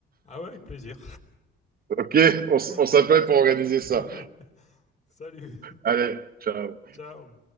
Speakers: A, on the left (about 35°); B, on the right (about 50°).
A: ah ouais, avec plaisir.
B: Ok, on, s-
A: <laughs>
B: on s'appelle
A: ok.
B: pour organiser ça.
A: Ouais. Salut.
B: Allez, ciao.
A: Ciao.